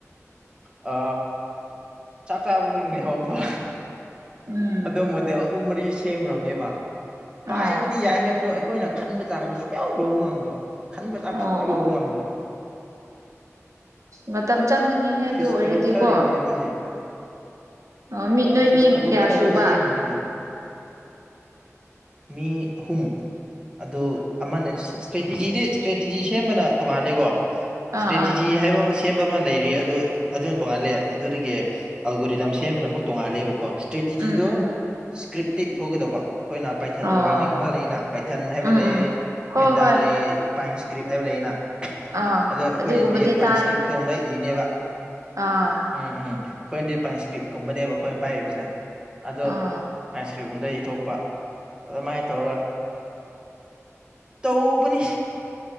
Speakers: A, on the right; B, on the right.
A: ꯑ ꯆꯥꯛ ꯆꯥꯕ ꯈꯨꯗꯤꯡ ꯂꯩꯍꯧꯕꯒꯨꯝꯕ
B: ꯎꯝ
A: ꯑꯗꯣ ꯃꯣꯗꯦꯜ ꯑꯍꯨꯝ ꯃꯔꯤ ꯁꯦꯝꯈ꯭ꯔꯕꯅꯦꯕ ꯄꯥꯏꯕ
B: ꯑꯥ
A: ꯌꯥꯏ ꯍꯥꯏꯔꯁꯨ ꯑꯩꯈꯣꯏꯅ ꯈꯟꯕ ꯆꯥꯡꯗꯣ ꯁꯨꯡꯌꯥꯎ ꯌꯧꯕ ꯉꯝꯗꯕ ꯈꯟꯕ ꯆꯥꯡ
B: ꯑꯣ
A: ꯁꯨꯡꯌꯥꯎ ꯌꯧꯕ
B: ꯑꯣ
A: ꯉꯝꯗꯕ
B: ꯃꯇꯝ ꯆꯪꯒꯅꯤꯍꯦ
A: ꯑꯣꯐꯤꯁꯀ
B: ꯑꯗꯨ ꯑꯣꯏꯔꯗꯤꯀꯣ꯫
A: ꯂꯧꯊꯔꯤꯕꯅꯦ ꯑꯩꯈꯣꯏꯁꯦ
B: ꯑꯣ ꯃꯤꯠ
A: ꯑꯣꯐꯤꯁꯀ
B: ꯅꯣꯏ ꯃꯤ
A: ꯂꯧꯊꯔ
B: ꯀꯌꯥ ꯁꯨꯕ
A: ꯁꯦꯝꯃꯤꯕꯅꯤꯅꯦ ꯃꯤ ꯑꯍꯨꯝ꯫ ꯑꯗꯨ ꯑꯃꯅ ꯏꯁꯇ꯭ꯔꯦꯇꯤꯖꯤꯗꯤ ꯏꯁꯇ꯭ꯔꯦꯇꯤꯖꯤ ꯁꯦꯝꯕꯅ ꯇꯣꯡꯉꯥꯂꯦꯀꯣ
B: ꯑꯥ
A: ꯁꯇ꯭ꯔꯦꯇꯦꯖꯤ
B: ꯑꯥ
A: ꯍꯥꯏꯕ ꯑꯃ ꯁꯦꯝꯕ ꯑꯃ ꯂꯩꯔꯤ ꯑꯗꯨ ꯑꯗꯨꯅ ꯇꯣꯡꯉꯥꯜꯂꯦ ꯑꯗꯨꯗꯒꯤ ꯑꯜꯒꯣꯔꯤꯗꯝ ꯁꯦꯝꯕꯅ ꯑꯃꯨꯛ ꯇꯣꯡꯉꯥꯜꯂꯦꯕꯀꯣ꯫ ꯏꯁꯇ꯭ꯔꯦꯇꯤꯖꯤꯗꯣ
B: ꯎꯝ ꯎꯝ
A: ꯏꯁ꯭ꯀ꯭ꯔꯤꯞꯇ ꯏꯊꯣꯛꯀꯗꯧꯕ ꯑꯩꯈꯣꯏꯅ ꯄꯥꯏꯊꯟ
B: ꯑꯣ
A: ꯄ꯭ꯔꯣꯒꯥ꯭ꯔꯥꯃꯤꯡ ꯑꯃ ꯂꯩꯅ ꯄꯥꯏꯊꯟ ꯍꯥꯏꯕ
B: ꯎꯝ
A: ꯂꯩ
B: ꯎꯝ ꯍꯣꯏ
A: ꯄꯦꯟꯗꯥ
B: ꯍꯣꯏ
A: ꯂꯩ ꯄꯥꯏꯟ ꯏꯁꯀ꯭ꯔꯤꯞ ꯍꯥꯏꯕ ꯂꯩꯅ꯫
B: ꯑꯥ
A: ꯑꯗꯣ ꯑꯩꯈꯣꯏꯅꯗꯤ
B: ꯑꯗꯨꯒꯨꯝꯕꯗꯤ
A: ꯄꯥꯏ
B: ꯇꯥꯔꯦ
A: ꯏꯁꯀ꯭ꯔꯤꯞꯇꯣ ꯑꯃꯔꯛ ꯏꯅꯦꯕ꯫
B: ꯑꯥ
A: ꯎꯝ ꯎꯝ ꯑꯩꯈꯣꯏꯅꯗꯤ ꯄꯥꯏꯟ ꯏꯁꯀ꯭ꯔꯤꯞꯀꯨꯝꯕꯅꯦꯕ ꯑꯩꯈꯣꯏꯅ ꯄꯥꯏꯔꯤꯕꯁꯤꯅ ꯑꯗꯣ
B: ꯑꯥ
A: ꯄꯥꯏꯟꯞ ꯇ꯭ꯔꯤꯕꯣꯟꯗ ꯏꯊꯣꯛꯄ꯫ ꯑꯗꯨꯃꯥꯏꯅ ꯇꯧꯔ ꯇꯧꯕꯅꯤ꯫